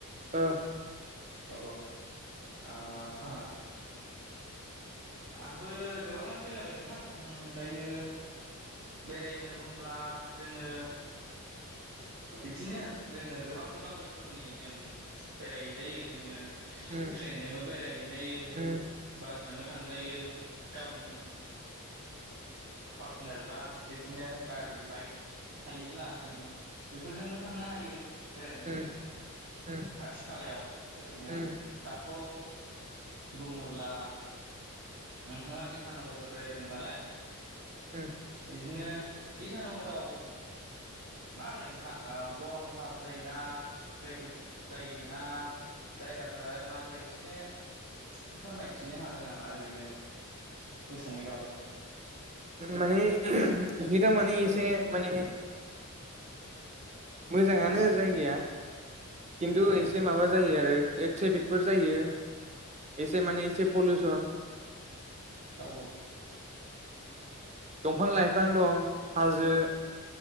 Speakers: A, on the right (about 30°); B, on the right (about 70°).
A: ओ।
B: औ आ हा। आंबो गोबाङानो बेरायबाय नोंथां ओम दायो। बेरायनो बुंब्ला जोङो
A: <inaudible>
B: बिदिनो जोङो गोबां गोबां रोखोमनि जों बेराय जायो जोङो
A: उम
B: ट्रेनजोंबो बेरायहैजायो
A: उम
B: बासजोंबो यो गावनि पार्सनेल बा बिदिनो गारि बाइक थायोब्ला जों बेफोरजोंबो थांनो हायो बेरायहैनो
A: उम उम
B: खाथि खालायाव ओरैनो
A: उम
B: दाथ' बुङोब्ला नोंथाङा इटानगरल' बेरायदोंबालाय
A: होम
B: बिदिनो इटानगराव माब्रै नोंथां ओ गरमथार जायो ना ट्रेफिक जायोना जायगाफोरालाय माबोरै एसे फोरमायथिनो हागोन मा ओरैनो गुसुङैबाबो
A: माने इ थारमाने इसे माने मोजाङानो जायगाया खिन्थु एसे माबा जायो आरो ट्रेफिकफोर जायो एसे माने एसे पलिउसन
B: औ औ
A: दंफां लाइफां दं हाजो